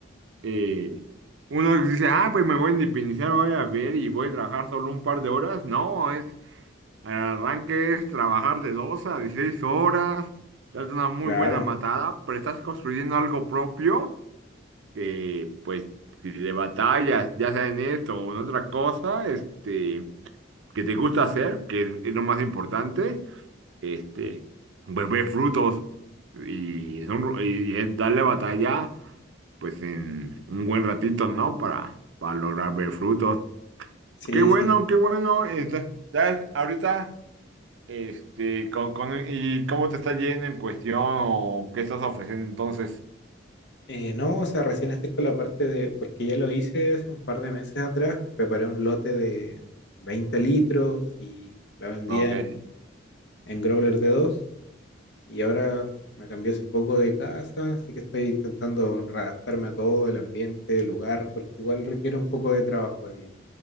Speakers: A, on the right; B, on the left.
A: eh, uno dice, ah, pues me voy a independizar, voy a ver y voy a trabajar solo un par de horas. No, es El arranque es trabajar de 2 a 16 horas, darte una muy
B: Claro,
A: buena matada, pero estás construyendo algo propio que, pues, si le batallas, ya sea en esto o en otra cosa, este, que te gusta hacer, que es, es lo más importante, este, pues ve frutos y, son- y es darle batalla, pues, en un buen ratito, ¿no? Para, para lograr ver frutos.
B: sí,
A: Qué bueno,
B: sí.
A: qué bueno. este, ¿sabes? Ahorita. Este, con, con, ¿y cómo te está yendo en cuestión o qué estás ofreciendo entonces?
B: Eh, no, o sea, recién estoy con la parte de, porque ya lo hice hace un par de meses atrás, preparé un lote de 20 litros y la vendía
A: Ok.
B: en, en growler de 2 y ahora me cambié hace poco de casa, así que estoy intentando readaptarme a todo, el ambiente, el lugar, porque igual requiere un poco de trabajo el-